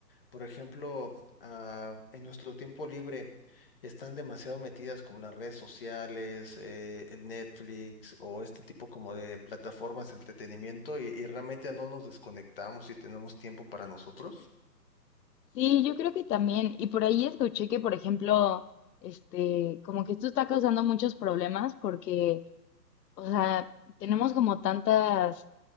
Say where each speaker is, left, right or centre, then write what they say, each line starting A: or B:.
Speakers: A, on the left; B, on the left.
A: Por ejemplo, ah, en nuestro tiempo libre están demasiado metidas como las redes sociales, eh, el Netflix o este tipo como de plataformas de entretenimiento y, y realmente no nos desconectamos y tenemos tiempo para nosotros.
B: sí, yo creo que también. Y por ahí escuché que, por ejemplo, este, como que esto está causando muchos problemas porque, o sea, tenemos como tantas